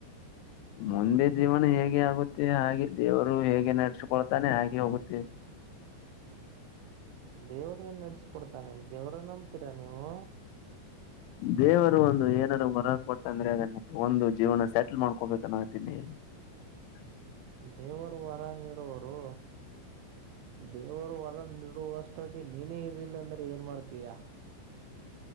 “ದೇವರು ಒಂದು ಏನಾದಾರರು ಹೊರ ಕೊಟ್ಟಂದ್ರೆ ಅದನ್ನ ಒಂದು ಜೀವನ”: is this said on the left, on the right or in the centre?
Left